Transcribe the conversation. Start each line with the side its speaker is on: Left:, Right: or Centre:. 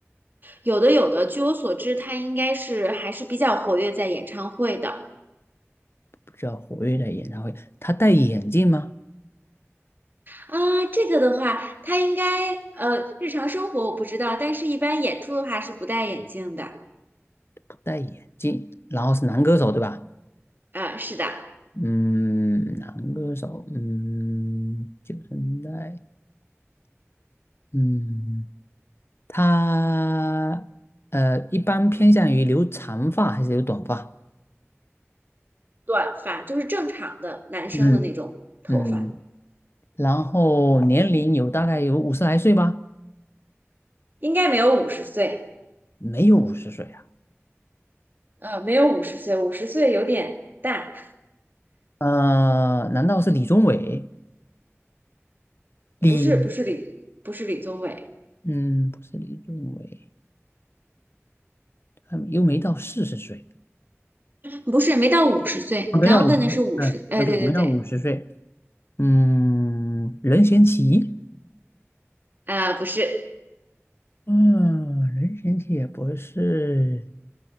Right: 有的有的，据我所知，他应该是还是比较活跃在演唱会的
Left: 比较活跃的演唱会，他戴眼镜吗？
Right: 啊。这个的话，他应该呃日常生活我不知道，但是一般演出的话是不戴眼镜的
Left: 不戴眼镜，然后是男歌手对吧？
Right: 啊。是的，
Left: 嗯，男歌手，嗯，九十年代，嗯，他呃一般偏向于留长发还是留短发？
Right: 短发就是正常的男生的那种头发，
Left: 嗯嗯，然后年龄有大概有五十来岁吧？
Right: 应该没有五十岁，
Left: 没有五十岁啊？
Right: 呃，没有五十岁，五十岁有点大，
Left: 呃，难道是李宗伟？李，
Right: 不是不是李不是李宗伟，
Left: 嗯，不是李宗伟，他又没到四十岁，
Right: 不是没到五十岁。
Left: 啊，
Right: 你刚刚问的是五十，
Left: 没到五十岁，嗯，
Right: 哎，
Left: 啊，对，
Right: 对对对，
Left: 没到五十岁，嗯，任贤齐。
Right: 啊、不是。
Left: 嗯，任贤齐也不是